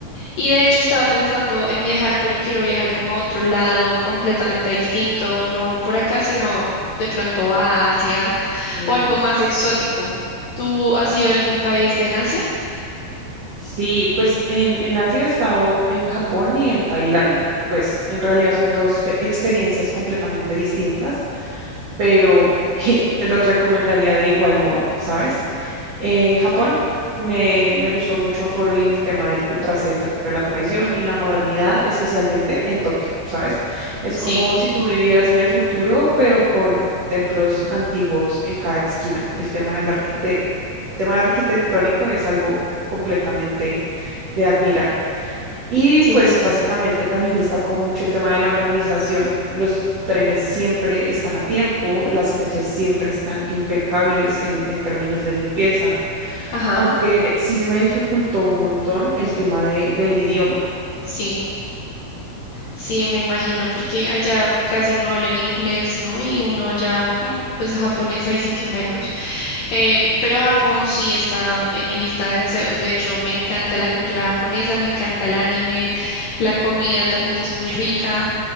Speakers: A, on the left; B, on the right.
A: Y de hecho estaba pensando en viajar, pero quiero viajar como a otro lado completamente distinto, no por acá, sino de pronto a Asia
B: Ok.
A: o algo más exótico. ¿Tú has ido a algún país de Asia?
B: Sí, pues en, en Asia he estado en Japón y en Tailandia. Pues en realidad son dos pe- experiencias completamente distintas pero <laughs> te los recomendaría de igual modo, ¿sabes? Eh, Japón me, me gustó mucho por el tema del contraste entre la tradición y la modernidad, especialmente en Tokio, ¿sabes? Es
A: Sí,
B: como si tú vivieras en el futuro, pero con templos antiguos en cada esquina. El tema del arquite- tema arquitectónico es algo completamente de admirar. Y
A: sí,
B: pues
A: sí, sí.
B: básicamente también destacó mucho el tema de la organización. Los trenes siempre están a tiempo, las calles siempre están impecables en, en términos de limpieza,
A: Ajá,
B: aunque sí se me dificultó un montón el tema de, del idioma.
A: sí. Sí, me imagino, porque allá casi no hablan inglés, ¿no? Y uno allá, <laughs> pues japonés ahí sí que menos. Em, pero Japón sí está en mi lista de deseos. De hecho, me encanta la cultura japonesa, me encanta el anime, la comida también es muy rica.